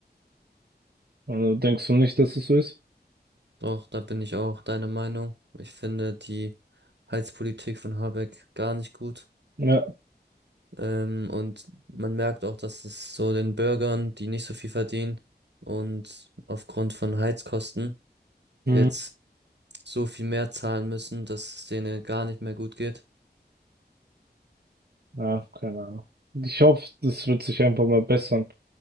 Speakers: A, on the right; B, on the right.
A: Also denkst du nicht, dass es so ist?
B: Doch, da bin ich auch deiner Meinung. Ich finde die Heizpolitik von Habeck gar nicht gut.
A: Ja.
B: Ähm, und man merkt auch, dass es so den Bürgern, die nicht so viel verdienen und aufgrund von Heizkosten
A: Mhm.
B: jetzt so viel mehr zahlen müssen, dass es denen gar nicht mehr gut geht.
A: Ja, keine Ahnung. Ich hoffe, das wird sich einfach mal bessern